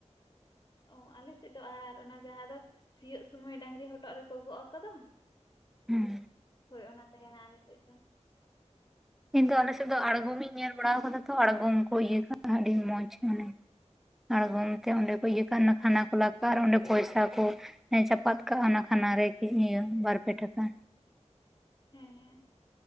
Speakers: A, on the left; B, in the centre.
A: ᱚ ᱟᱞᱮ ᱥᱮᱫ ᱫᱚ ᱟᱲᱟᱨ ᱚᱱᱟ ᱡᱟᱦᱟᱸ ᱫᱚ ᱥᱤᱭᱳᱜ ᱥᱚᱢᱚᱭ ᱰᱟᱝᱨᱤ ᱦᱚᱴᱚᱜ ᱨᱮᱠᱚ ᱜᱚᱜᱼᱟ ᱠᱚᱫᱚ᱾
B: ᱦᱮᱸ
A: ᱦᱳᱭ ᱚᱱᱟ ᱛᱟᱦᱮᱱᱟ ᱟᱞᱮ ᱥᱮᱫ ᱫᱚ᱾
B: ᱤᱧ ᱫᱚ ᱟᱞᱮᱥᱮᱫ ᱫᱚ ᱟᱬᱜᱚᱢᱤᱧ ᱧᱮᱞ ᱵᱟᱲᱟ ᱠᱟᱫᱟ ᱛᱚ᱾ ᱟᱲᱜᱚᱢ ᱠᱚ ᱤᱭᱟᱹ ᱠᱟᱫᱟ, ᱟᱹᱰᱤ ᱢᱚᱸᱡᱽ ᱢᱟᱱᱮ ᱟᱲᱜᱚᱢ ᱛᱮ ᱚᱸᱰᱮ ᱠᱚ ᱤᱭᱟᱹ ᱠᱟᱜᱼᱟ, ᱠᱷᱟᱱᱟ
A: ᱚ
B: ᱠᱚ ᱞᱟ ᱠᱟᱜᱼᱟ ᱟᱨ ᱚᱸᱰᱮ ᱯᱚᱭᱥᱟ ᱠᱚ᱾ ᱪᱟᱯᱟᱫ ᱠᱟᱜᱼᱟ᱾ ᱚᱱᱟ ᱠᱷᱟᱱᱟ ᱨᱮ ᱤᱭᱟᱹ ᱵᱟᱨ ᱯᱮ ᱴᱟᱠᱟ᱾
A: ᱦᱮᱸ ᱦᱮᱸ᱾